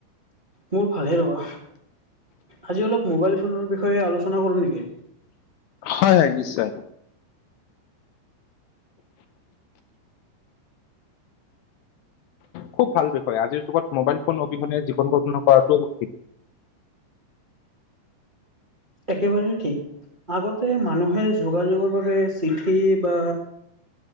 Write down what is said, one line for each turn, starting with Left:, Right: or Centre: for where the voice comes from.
Right: মোৰ ভালে ৰবা, আজি অলপ মোবাইল ফোনৰ বিষয়ে আলোচনা কৰো নেকি?
Left: হয়-হয় নিশ্চয়, খুব ভাল বিষয়, আজিৰ যুগত মোবাইল ফোন অবিহনে জীৱন কল্পনা কৰাটো কঠিন।
Right: একেবাৰেই ঠিক আগতে মানুহে যোগাযোগৰ বাবে চিঠি বা